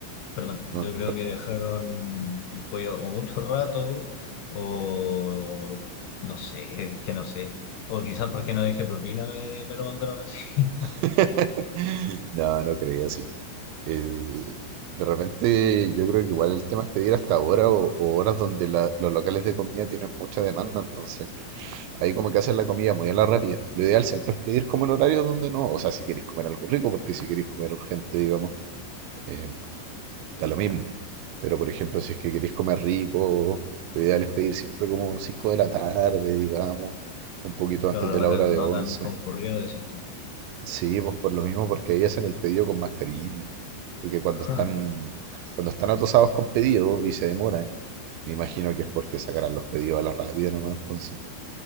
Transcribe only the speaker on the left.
Perdón, yo
creo
que dejaron el pollo o mucho rato, o no sé, que no sé. O quizás porque no dejé propina me, me lo mandaron así. <laughs>
pero
ahora
no
tan concurrido, decís tú.
<laughs>